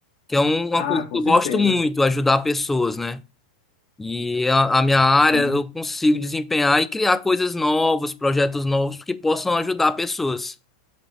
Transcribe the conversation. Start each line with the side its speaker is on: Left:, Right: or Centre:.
Centre: que é um- uma
Left: Ah,
Centre: coisa
Left: com
Centre: que eu
Left: certeza.
Centre: gosto muito, ajudar pessoas, né? E a, a minha área
Left: Sim.
Centre: eu consigo desempenhar e criar coisas novas, projetos novos que possam ajudar pessoas.